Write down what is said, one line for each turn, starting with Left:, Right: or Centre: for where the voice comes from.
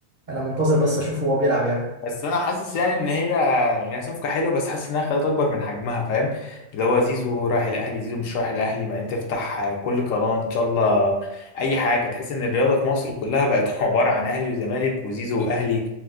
Right: انا منتظر بس اشوفه هو بيلعب يعني
Left: بس انا حاسس يعني ان هي يعني هي صفقه حلوه بس حاسس انها خدت اكبر من حجمها فاهم اللي هو زيزو رايح الاهلي زيزو مش رايح الاهلي بعدين تفتح آه، كل قناه ان شاء الله اي حاجه تحس ان الرياضه في مصر كلها بقت <laughs> عباره عن اهلي وزمالك وزيزو واهلي